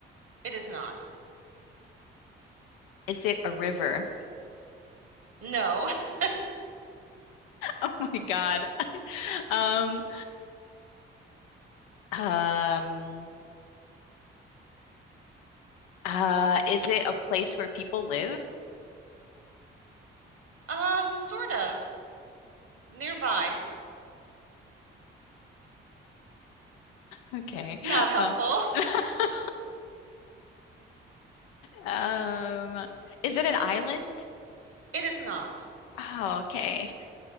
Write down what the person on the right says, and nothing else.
It is not.
No. <laughs>
Um, sort of. Nearby.
Not helpful.
<laughs> It is not.